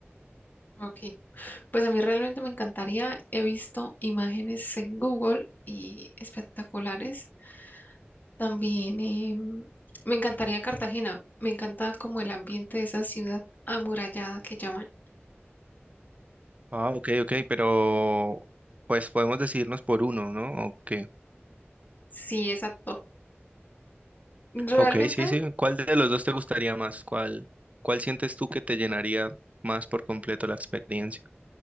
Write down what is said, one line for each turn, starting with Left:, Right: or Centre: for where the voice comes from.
Left: ok, pues a mí realmente me encantaría. He visto imágenes en Google y espectaculares. También em, me encantaría Cartagena. Me encanta como el ambiente de esa ciudad amurallada que llaman.
Right: Ah, ok, ok, pero pues podemos decidirnos por uno, ¿no? Ok,
Left: Sí, exacto. Realmente
Right: ok, sí, sí. ¿Cuál de los dos te gustaría más? ¿Cuál, cuál sientes tú que te llenaría más por completo la experiencia?